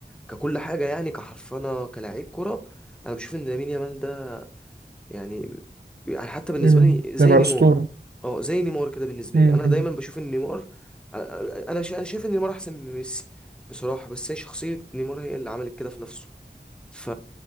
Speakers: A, in the centre; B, on the right.
A: ككل حاجه يعني كحرفنه كلاعب كوره انا بشوف ان لامين يامال ده يعني يعني حتى بالنسبه
B: مم.
A: لي زي
B: ده بقى
A: نيمار
B: اسطورة
A: اه زي نيمار كده بالنسبه
B: مم.
A: لي انا
B: مم.
A: دايما بشوف ان نيمار انا شا- انا شايف ان نيمار احسن من ميسي بصراحه بس هي شخصيه نيمار هي اللي عملت كده في نفسه ف